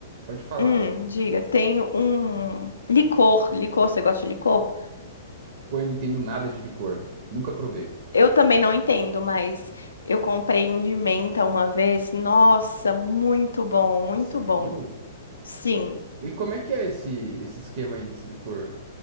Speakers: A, on the right (about 60°); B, on the left (about 80°).
A: pode falar.
B: Hum, diga, tem um licor. Licor, você gosta de licor?
A: Pô, eu não entendo nada de licor. Nunca provei.
B: Eu também não entendo, mas eu comprei um de menta uma vez. Nossa, muito bom, muito
A: Sério?
B: bom. Sim.
A: E como é que é esse, esse esquema aí desse licor?